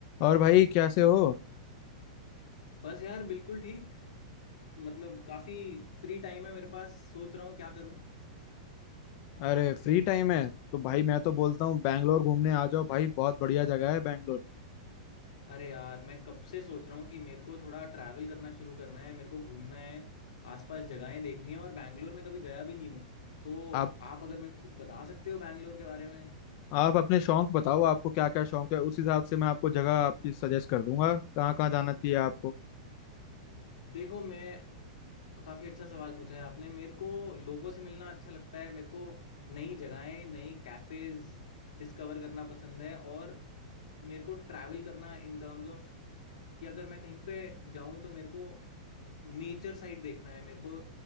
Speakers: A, on the left; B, on the left.
A: और भाई कैसे हो
B: बस यार बिल्कुल ठीक मतलब काफी फ्री टाइम है मेरे पास सोच रहा हूँ क्या करूँ
A: अरे फ्री टाइम है तो भाई मैं तो बोलता हूँ बैंगलोर घूमने आ जाओ भाई बहुत बढ़िया जगह है बैंगलोर
B: अरे यार मैं कब से सोच रहा हूँ कि मेरे को थोड़ा ट्रैवल करना शुरू करना है मेरे को घूमना है आसपास जगहें देखनी है और बैंगलोर में कभी गया भी नहीं हूँ तो
A: आप
B: आप अगर मेरे को कुछ बता सकते हो बैंगलोर के बारे में
A: आप अपने शौक बताओ आपको क्या क्या शौक है उस हिसाब से मैं आपको जगह आपकी सजेस्ट कर दूंगा कहाँ कहाँ जाना चाहिए आपको
B: देखो मैं काफी अच्छा सवाल पूछा है आपने मेरे को लोगों से मिलना अच्छा लगता है मेरे को नई जगहें नई कैफेज डिस्कवर करना पसंद है और मेरे को ट्रैवल करना इन टर्म्स ऑफ कि अगर मैं कहीं पे जाऊं तो मेरे को नेचर साइड देखना है मेरे को